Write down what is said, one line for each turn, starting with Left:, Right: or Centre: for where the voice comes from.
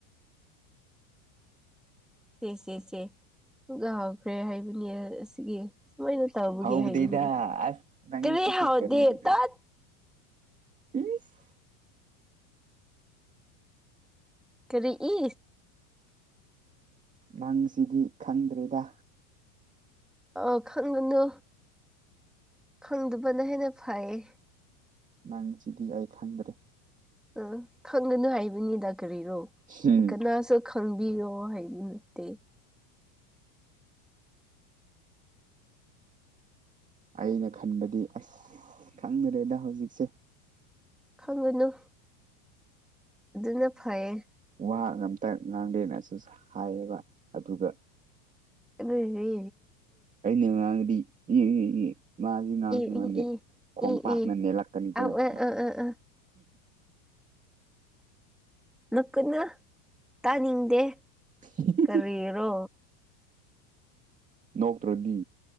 Centre: ꯁꯦ ꯁꯦ ꯁꯦꯒ ꯍꯧꯈ꯭ꯔꯦ ꯍꯥꯏꯕꯅꯤ ꯑꯁꯤꯒꯤ ꯁꯨꯃꯥꯏꯅ ꯇꯧꯕꯒꯦ
Right: ꯍꯧꯗꯦꯗ
Centre: ꯍꯥꯏꯕꯅꯤ
Right: ꯑꯁ ꯅꯪꯁꯤꯁꯨ
Centre: ꯀꯔꯤ ꯍꯥꯎꯗꯦ
Right: ꯀꯔꯤꯒꯤꯅꯣ
Centre: ꯇꯠ
Right: ꯏꯁ
Centre: ꯀꯔꯤ ꯏ
Right: ꯅꯪꯁꯤꯗꯤ ꯈꯪꯗ꯭ꯔꯦꯗ
Centre: ꯑꯥ ꯈꯪꯒꯅꯨ ꯈꯪꯗꯕꯅ ꯍꯦꯟꯅ ꯐꯩꯌꯦ
Right: ꯅꯪꯁꯤꯗꯤ ꯑꯩ ꯈꯪꯗ꯭ꯔꯦ
Centre: ꯑ ꯈꯪꯒꯅ ꯍꯥꯏꯕꯅꯤꯗ ꯀꯔꯤꯔꯣ
Right: ꯍꯝ
Centre: ꯀꯅꯥꯁꯨ ꯈꯪꯕꯤꯌꯣ ꯍꯥꯏꯕ ꯅꯠꯇꯦ
Right: ꯑꯩꯅ ꯈꯟꯕꯗꯤ ꯑꯁ ꯈꯪꯗ꯭ꯔꯦꯗ ꯍꯧꯖꯤꯛꯁꯦ
Centre: ꯈꯪꯉꯨꯅꯨ ꯑꯗꯨꯅ ꯐꯩꯌꯦ
Right: ꯋꯥꯒ ꯑꯝꯇ ꯉꯥꯡꯗꯦꯅꯁꯨ ꯍꯥꯏꯌꯦꯕ ꯑꯗꯨꯒ
Centre: ꯏ ꯏ
Right: ꯑꯩꯅ ꯉꯥꯡꯗꯤ <unintelligible> ꯃꯥꯗꯤ ꯉꯥꯡꯁꯨ
Centre: ꯏ
Right: ꯉꯟꯗꯦ
Centre: ꯏ
Right: ꯈꯣꯡꯄꯥꯛꯅ
Centre: ꯏ
Right: ꯅꯦꯠꯂꯛꯀꯅꯤꯀꯣ
Centre: ꯑ
Right: <unintelligible>
Centre: ꯑ ꯑ ꯑ ꯑ ꯅꯣꯛꯀꯅꯨ ꯇꯥꯅꯤꯡꯗꯦ
Right: <unintelligible>
Centre: ꯀꯔꯤꯒꯤꯔꯣ
Right: ꯅꯣꯛꯇ꯭ꯔꯗꯤ